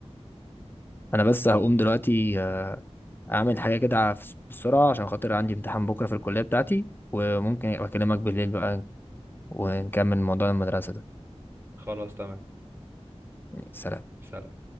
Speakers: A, on the left; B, on the right.
A: انا بس هقوم دلوقتي آه، اعمل حاجه كده ف- بسرعه عشان خاطر عندي امتحان بكره في الكليه بتاعتي وممكن ابقى اكلمك بالليل بقى ونكمل موضوع المدرسه ده
B: خلاص تمام
A: سلام
B: سلام